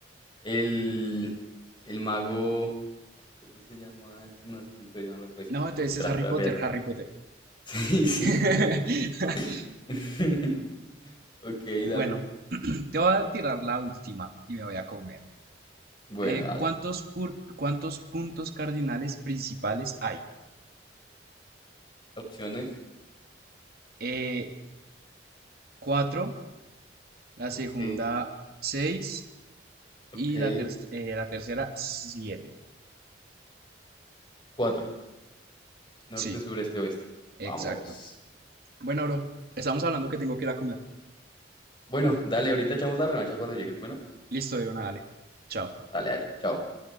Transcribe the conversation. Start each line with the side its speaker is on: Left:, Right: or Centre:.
Left: El, el mago. Ay, ¿cómo se llama? este? No, es que entonces ya no lo puedo decir.
Right: No, entonces
Left: Espera,
Right: es Harry
Left: espera,
Right: Potter,
Left: espérate.
Right: Harry
Left: <laughs>
Right: Potter.
Left: Sí, sí,
Right: <laughs>
Left: es Harry Potter. <laughs> Ok,
Right: Bueno,
Left: dale.
Right: <clears throat> te voy a tirar la última y me voy a comer.
Left: Bueno,
Right: Eh,
Left: dale.
Right: ¿cuántos, pur- cuántos puntos cardinales principales hay?
Left: Opciones.
Right: Eh, cuatro, la segunda
Left: Ok,
Right: seis
Left: ok.
Right: y la, ter- eh, la tercera siete.
Left: Cuatro. Norte,
Right: Sí,
Left: sur, este, oeste.
Right: exacto.
Left: Vamos.
Right: Bueno, bro, estamos hablando que tengo que ir a comer.
Left: Bueno, dale, ahorita echamos la revancha cuando llegues. Bueno,
Right: Listo, de una, dale. Chao.
Left: dale, dale. Chao.